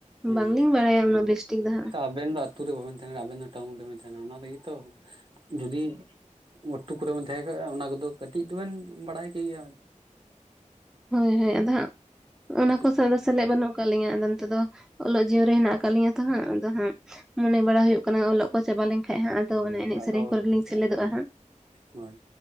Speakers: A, on the right; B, in the centre.
A: ᱦᱮᱸ
B: ᱵᱟᱝᱞᱤᱧ ᱵᱟᱲᱟᱭᱟ ᱩᱱᱟᱹᱜ ᱵᱮᱥ ᱴᱷᱤᱠ ᱫᱚ ᱦᱟᱸᱜ᱾
A: ᱱᱤᱛᱚᱜ ᱟᱵᱮᱱ ᱫᱚ ᱟᱛᱩ ᱨᱮ ᱵᱟᱵᱮᱱ ᱛᱟᱦᱮᱱᱟ, ᱟᱵᱮᱱ ᱫᱚ ᱴᱟᱣᱩᱱ ᱨᱮᱵᱮᱱ ᱛᱟᱦᱮᱱᱟ ᱚᱱᱟ ᱛᱮᱜᱮ ᱛᱚ ᱡᱩᱫᱤ ᱢᱩᱴᱩ ᱠᱚᱨᱮ ᱵᱮᱱ ᱛᱟᱦᱮᱸ ᱠᱚᱜᱼᱟ ᱚᱱᱟ ᱠᱚᱫᱚ ᱠᱟᱹᱴᱤᱡ ᱫᱚ ᱵᱮᱱ ᱵᱟᱲᱟᱭ ᱠᱮᱜᱮᱭᱟ᱾
B: ᱦᱳᱭ ᱦᱳᱭ ᱟᱫᱚ ᱦᱟᱸᱜ ᱚᱱᱟ
A: ᱠᱟᱹᱴᱤᱡ
B: ᱠᱚ ᱥᱟᱣ ᱥᱮᱞᱮᱫ
A: ᱛᱷᱚᱲᱟ ᱜᱟᱱ
B: ᱵᱟᱹᱱᱩᱜ᱾ ᱠᱟᱜ ᱞᱤᱧᱟ ᱟᱫᱚ ᱱᱤᱛᱳᱜ ᱫᱚ ᱚᱞᱚᱜ ᱡᱤᱭᱚᱱ ᱨᱮ ᱦᱮᱱᱟᱜ ᱠᱟᱫ ᱞᱤᱧᱟ ᱛᱚ ᱦᱟᱸᱜ, ᱟᱫᱚ ᱦᱟᱸᱜ ᱢᱚᱱᱮ ᱵᱟᱲᱟ ᱦᱩᱭᱩᱜ ᱠᱟᱱᱟ ᱚᱞ ᱠᱚ ᱪᱟᱵᱟ ᱞᱮᱱᱠᱷᱟᱡ ᱦᱟᱸᱜ ᱟᱫᱚ ᱢᱟᱱᱮ ᱮᱱᱮᱡ
A: ᱮᱴᱟᱜ
B: ᱥᱮᱨᱮᱧ
A: ᱫᱚ
B: ᱠᱚᱨᱮ ᱞᱤᱧ ᱥᱮᱞᱮᱫᱚᱜᱼᱟ ᱦᱟᱸᱜ᱾
A: ᱦᱳᱭ